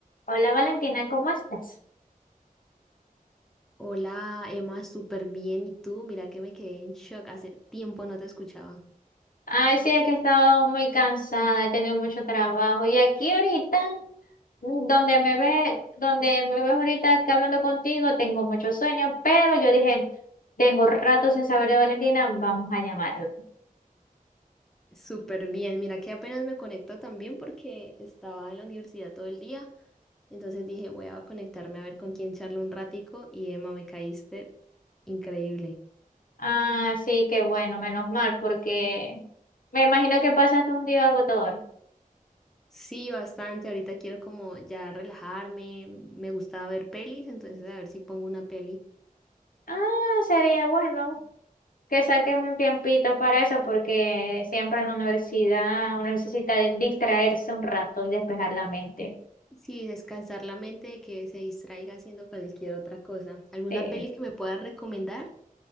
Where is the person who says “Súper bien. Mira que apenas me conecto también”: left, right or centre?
Centre